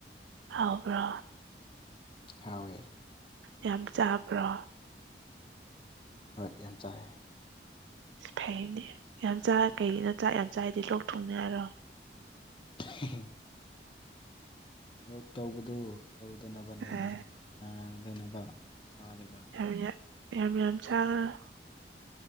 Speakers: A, on the right; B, on the left.
A: ꯍꯥꯎꯕ꯭ꯔꯣ
B: ꯍꯥꯎꯑꯦ
A: ꯌꯥꯝ ꯆꯥꯕ꯭ꯔꯣ
B: ꯍꯣꯏ ꯌꯥꯝ ꯆꯥꯏ
A: ꯐꯩꯅꯦ ꯌꯥꯝ ꯆ ꯀꯩꯅꯣ ꯆꯥꯛ ꯌꯥꯝ ꯆꯥꯏꯗꯤ ꯂꯣꯛ ꯊꯣꯛꯅ ꯌꯥꯔꯣ
B: <unintelligible> ꯌꯣꯛ ꯇꯧꯕꯗꯨ ꯇꯧꯗꯅꯕꯅꯦꯅꯦ
A: ꯑꯦ
B: ꯅꯥꯗꯅꯕ ꯆꯥꯔꯤꯕ
A: ꯌꯥꯝ ꯌꯥꯝ ꯌꯥꯝ ꯌꯥꯝ ꯆꯥꯡ <unintelligible>